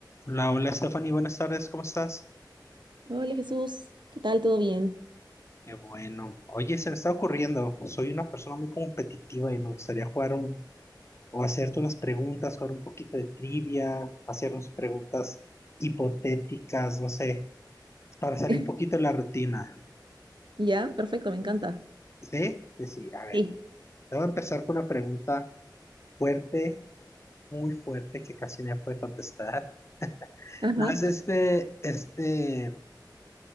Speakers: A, on the left; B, on the right.
A: Hola, hola Stephanie, buenas tardes, ¿cómo estás?
B: Hola Jesús, ¿qué tal? ¿Todo bien?
A: Qué bueno. Oye, se me está ocurriendo, soy una persona muy competitiva y me gustaría jugar un, o hacerte unas preguntas, jugar un poquito de trivia, hacernos preguntas hipotéticas, no sé, para salir
B: <laughs>
A: un poquito de la rutina.
B: Ya, perfecto, me encanta.
A: ¿Sí? Sí, sí, a ver,
B: Sí.
A: te voy a empezar con una pregunta fuerte, muy fuerte, que casi nadie puede contestar.
B: Ajá.
A: No, es este, este,